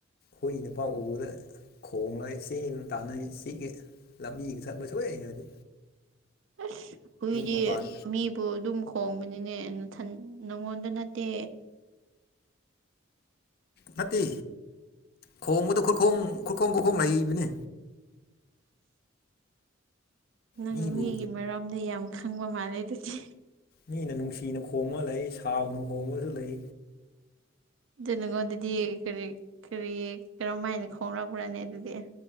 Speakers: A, on the left; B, on the right.
A: ꯍꯨꯏꯅꯐꯥꯎ ꯎꯕꯗ ꯈꯣꯡꯂꯩꯏ ꯆꯦꯟ ꯇꯥꯟꯅꯩ ꯆꯤꯛꯏ ꯂꯝꯕꯤꯒ ꯆꯠꯄ ꯁꯨꯛꯍꯩ ꯍꯩꯅꯗꯦ
B: ꯑꯁ ꯍꯨꯏꯗꯤ
A: ꯃꯄꯥꯟ
B: ꯃꯤꯕꯨ ꯑꯗꯨꯝ ꯈꯣꯡꯕꯅꯤꯅꯦꯊ ꯅꯪꯉꯣꯟꯗ ꯅꯠꯇꯦ
A: ꯅꯠꯇꯦ ꯈꯣꯡꯕꯗ ꯈꯨꯔꯈꯣꯡ ꯈꯨꯔꯈꯣꯡ ꯈꯨꯔꯈꯣꯡ ꯂꯩꯕꯅꯦ
B: ꯅꯪꯅ
A: ꯃꯤꯕꯨ
B: ꯃꯤꯒꯤ ꯃꯔꯝꯗ ꯌꯥꯝ ꯈꯪꯕ ꯃꯥꯜꯂꯦ ꯑꯗꯨꯗꯤ
A: ꯃꯤꯅ ꯅꯨꯡꯁꯤꯅ ꯈꯣꯡꯉ ꯂꯩ ꯁꯥꯎꯅ ꯈꯣꯡꯉꯁꯨ ꯂꯩ
B: ꯑꯗꯨ ꯅꯪꯉꯣꯟꯗꯗꯤ ꯀꯔꯤ ꯀꯔꯤ ꯀꯔꯝꯃꯥꯏꯅ ꯈꯣꯡꫪꯛꯄ꯭ꯔꯥꯅꯤ ꯑꯗꯨꯗꯤ